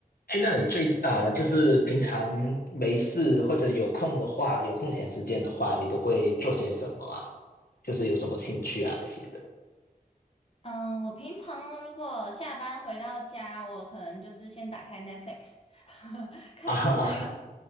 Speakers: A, on the left; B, on the left.
A: 哎，那你最啊、呃就是平常没事或者有空的话，有空闲时间的话，你都会做些什么啊？就是有什么兴趣啊那些的
B: 嗯，我平常如果下班回到家，我可能就是先打开 Netflix，<laughs> 看一下有
A: 啊？<laughs>